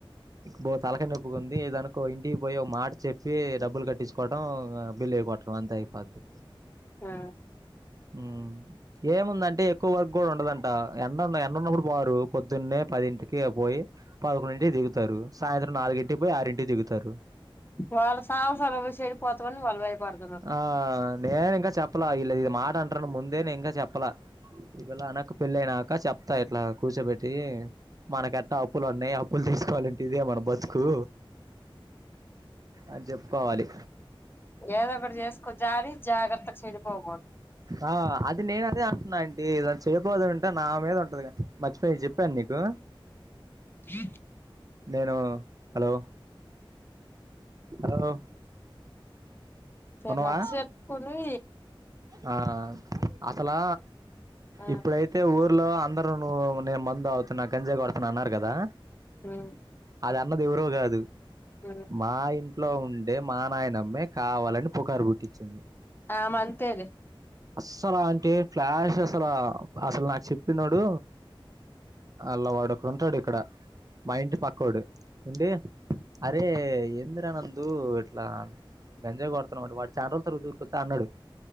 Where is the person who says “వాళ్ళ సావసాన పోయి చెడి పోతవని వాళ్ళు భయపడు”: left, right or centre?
Left